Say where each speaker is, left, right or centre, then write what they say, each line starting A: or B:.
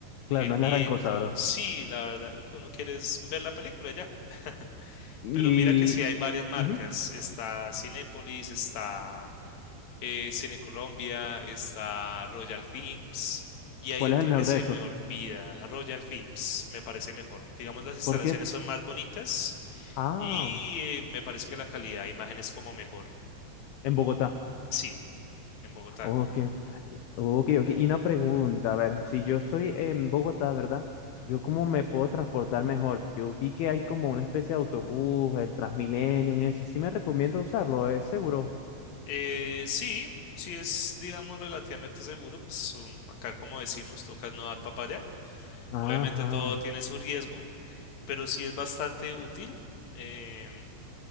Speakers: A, on the left; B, on the left.
A: Claro,
B: el
A: no
B: viento,
A: es la gran cosa, ¿verdad?
B: sí, la verdad lo que uno quiere es ver la película ya. <laughs>
A: Y,
B: Pero mira que sí hay varias marcas,
A: ujú,
B: está Cinépolis, está eh, Cine Colombia, está Royal Films y hay
A: ¿Cuál
B: otra
A: es el mejor
B: que se
A: de esos?
B: me olvida, Royal Films, me parece mejor. Digamos, las instalaciones
A: Porque,
B: son más bonitas
A: ah,
B: y eh, me parece que la calidad de imagen es como mejor.
A: en Bogotá.
B: Sí, en Bogotá.
A: Ok, ok, ok. Y una pregunta, a ver, si yo estoy en Bogotá, ¿verdad? ¿Yo cómo me puedo transportar mejor? Yo vi que hay como una especie de autobús, el Transmilenio, en eso. Sí me recomiendo usarlo, es seguro.
B: Eh, sí, sí es, digamos, relativamente seguro, pues um, acá como decimos, toca no dar papaya. Obviamente
A: Ajá,
B: todo tiene su riesgo, pero sí es bastante útil. em,